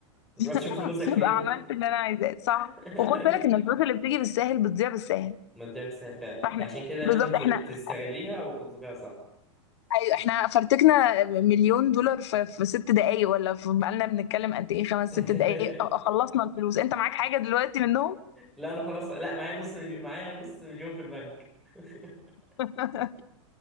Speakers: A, in the centre; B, on the left (about 60°).
A: روح
B: <laughs>
A: شوف فلوسك
B: فبقى
A: فين
B: عملت اللي انا عايزاه صح
A: <laughs>
B: وخد بالك ان الفلوس اللي بتيجي بالساهل بتضيع بالساهل
A: ما تضيعش فيها
B: فاحنا
A: فعشان كده
B: بالظبط
A: لازم ت-
B: احنا
A: تستغليها وتوظفيها صح
B: ايوه احنا فرتكنا مليون دولار في, في ست دقايق ولا في بقالنا بنتكلم قد ايه خمس
A: <laughs>
B: ست دقايق آه، خلصنا الفلوس انت معاك حاجة دلوقتي منهم
A: لا انا خلاص لا معايا نص مليون معايا نص مليون في البنك <laughs>
B: <laughs>